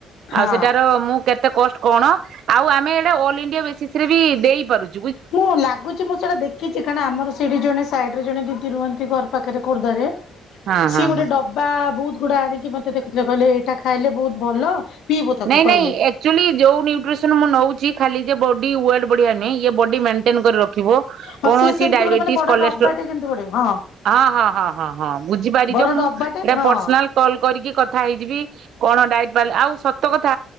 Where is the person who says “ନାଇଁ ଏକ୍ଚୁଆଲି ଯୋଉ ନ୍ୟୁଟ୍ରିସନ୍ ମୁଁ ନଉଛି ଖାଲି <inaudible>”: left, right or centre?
Right